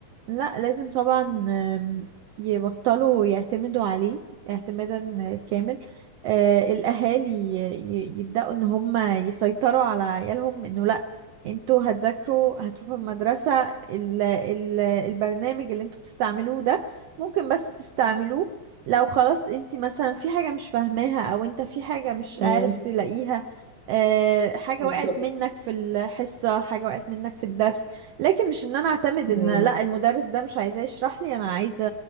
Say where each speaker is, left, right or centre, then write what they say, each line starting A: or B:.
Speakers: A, on the right; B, on the right.
A: لا لازم طبعا آم، يبطلوا يعتمدوا عليه اعتمادا كامل آه، الأهالي ي- ي- يبدأوا إن هم يسيطروا على عيالهم إنه لأ انتوا هتذاكروا هتروحوا المدرسة ال ال البرنامج اللي انتوا بتستعملوه ده ممكن بس تستعملوه لو خلاص انت مثلا في حاجة مش فاهماها او انت في حاجة مش
B: امم
A: عارف تلاقيها آه، حاجة
B: بالظبط
A: وقعت منك في الحصة حاجة وقعت منك في الدرس لكن مش ان انا اعتمد ان
B: امم
A: لا المدرس ده مش عايزاه يشرح لي انا عايزه